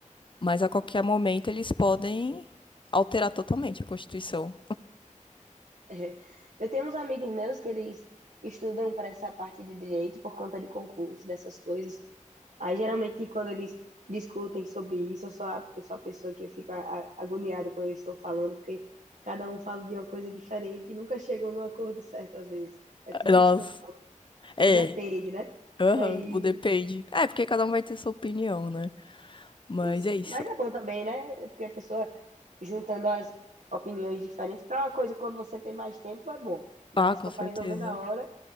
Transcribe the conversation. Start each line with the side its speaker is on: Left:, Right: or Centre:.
Left: Mas a qualquer momento eles podem alterar totalmente a Constituição.
Right: é. Eu tenho uns amigos meus que eles estudam para essa parte de direito por conta de concurso, dessas coisas. Aí, geralmente, quando eles discutem sobre isso, eu sou a, eu sou a pessoa que fica a- agoniada quando eles estão falando, porque cada um fala de uma coisa diferente e nunca chegam num acordo certo, às vezes. É tudo
Left: nós
Right: isso que você fala
Left: É.
Right: O depende, né?
Left: Aham,
Right: <laughs> Aí,
Left: o depende. É, porque cada um vai ter sua opinião, né? Mas
Right: isso.
Left: é isso.
Right: Mas é bom também, né? É Porque a pessoa juntando as opiniões diferentes para uma coisa, quando você tem mais tempo, é bom. Mas
Left: Ah, com
Right: se for
Left: certeza.
Right: para resolver na hora,